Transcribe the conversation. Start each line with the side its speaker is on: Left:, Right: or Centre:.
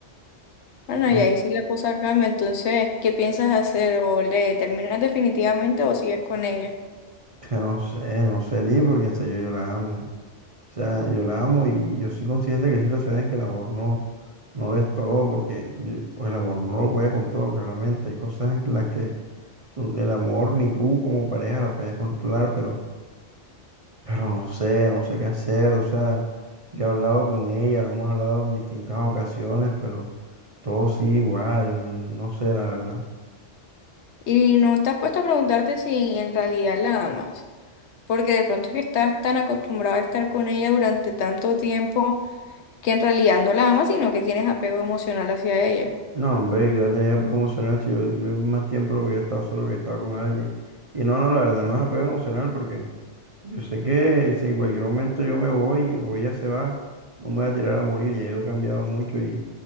Left: Bueno,
Right: Entonces,
Left: y ahí sí la cosa cambia. Entonces, ¿qué piensas hacer? ¿O le terminas definitivamente o sigues con ella?
Right: <laughs> que no sé, no sé, Lee, porque en serio yo la amo. O sea, yo la amo y yo soy consciente que hay situaciones en que el amor no, no lo es todo, porque yo- o el amor no lo puede con todo, claramente. Hay cosas en las que tú- el amor ni tú como pareja la puedes controlar, pero, pero no sé, no sé qué hacer. O sea, yo he hablado con ella, lo hemos hablado en distintas ocasiones, pero todo sí igual, no sé, la verdad.
Left: Y no te has puesto a preguntarte si en realidad la amas. Porque de pronto es que estás tan acostumbrado a estar con ella durante tanto tiempo que en realidad no la amas, sino que tienes apego emocional hacia ella.
Right: No, hombre, yo tenía apego emocional, si yo, yo más tiempo lo que yo he estado solo que he estado con alguien. Y no, no, la verdad, no es apego emocional porque... Yo sé que si en cualquier momento yo me voy o ella se va, no me voy a tirar a morir. Ya yo he cambiado mucho y